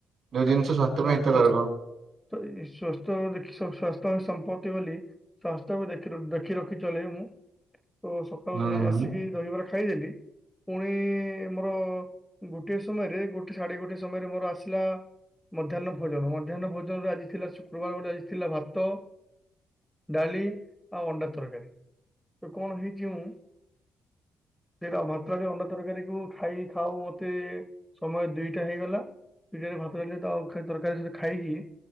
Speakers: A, on the right; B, in the centre.
A: ଯୋଉ ଜିନିଷ ସ୍ୱାସ୍ଥ୍ୟ
B: ହଁ,
A: ପାଇଁ ହିତକାରକ।
B: ସସ୍ ତ ସ୍ୱସ୍ଥ ଦେଖି ସ୍ଵାସ୍ଥ୍ୟ ହି ସମ୍ପଦ। କି ବୋଲି ସ୍ୱାସ୍ଥ୍ୟ କୁ ଦେଖି ର! ଦେଖି ରଖି ଚଲେଇ ମୁଁ ତ, ସକାଳୁ
A: ହୁଁ
B: ଯାଇ
A: ହୁଁ
B: ଆସିକି ଦହିବାର ଖାଇଦେଲି। ପୁଣି ମୋର ଗୋଟଏ ସମୟରେ, ଗୋଟେ ସାଢେ ଗୋଟେ ସମୟରେ ମୋର ଆସିଲା ମଧ୍ୟାହ୍ନ ଭୋଜନ! ମଧ୍ୟାହ୍ନ ଭୋଜନରେ ଆଜି ଥିଲା, ଶୁକ୍ରବାର ବୋଲି ଆଜି ଥିଲା ଭାତ, ଡାଲି, ଆଉ ଅଣ୍ଡା ତରକାରୀ। ତ କଣ ହେଇଛି ମୁଁ! । ସେଇଟା ଭାତ ଅଣ୍ଡା ତରକାରୀକୁ ଖାଇ, ଖାଉ ମତେ ସମୟ ଦିଟା ହେଇଗଲା। ପିଠାରେ ଭାତ ଡାଲି ତ ଆଉ ଖେ, ତରକାରୀ ସହିତ ଖାଇକି